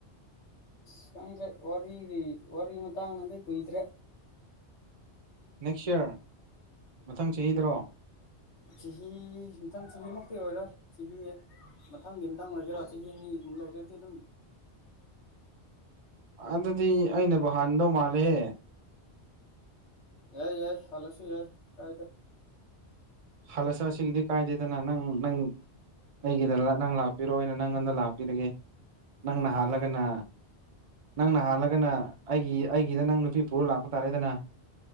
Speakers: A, on the left; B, on the right.
A: ꯑ ꯈꯪꯗ꯭ꯔꯦ ꯋꯥꯔꯤꯒꯤ ꯋꯥꯔꯤ ꯃꯇꯥꯡꯅꯗꯤ ꯀꯨꯏꯗ꯭ꯔꯦ
B: ꯅꯦꯛꯁ ꯌꯔ ꯃꯊꯪ ꯆꯍꯤꯗꯔꯣ
A: ꯆꯍꯤ ꯃꯊꯪ ꯆꯍꯤꯃꯨꯛꯇꯤ ꯑꯣꯏꯔꯣꯏ ꯆꯍꯤ ꯃꯊꯪꯒꯤ ꯃꯊꯪ ꯑꯣꯏꯒꯦꯔꯥ ꯆꯍꯤ ꯑꯅꯤꯃꯨꯛ ꯂꯔꯗꯤ ꯑꯗꯨꯝ
B: ꯑꯗꯨꯗꯤ ꯑꯩꯅꯕꯨ ꯍꯥꯟꯗꯧ ꯃꯥꯜꯂꯦꯍꯦ
A: ꯌꯥꯏ ꯌꯥꯏ ꯐꯂꯁꯨ ꯌꯥꯏ ꯀꯥꯏ ꯇ
B: ꯍꯜꯂꯁ ꯑꯁꯤꯒꯤꯗꯤ ꯀꯥꯏꯗꯦꯗꯅ ꯅꯪ ꯅꯪ ꯑꯩꯒꯤꯗ ꯅꯪ ꯂꯥꯛꯄꯤꯔꯣ ꯑꯩꯅ ꯅꯪꯉꯣꯟꯗ ꯂꯥꯛꯄꯤꯔꯒꯦ ꯅꯪꯅ
A: ꯎꯝ
B: ꯍꯥꯜꯂꯒꯅ ꯅꯪ ꯅꯍꯜꯂꯒꯅ ꯑꯩꯒꯤ ꯑꯩꯒꯤꯗ ꯅꯪ ꯅꯨꯄꯤ ꯄꯨꯔ ꯂꯥꯛꯄ ꯇꯥꯔꯦꯗꯅ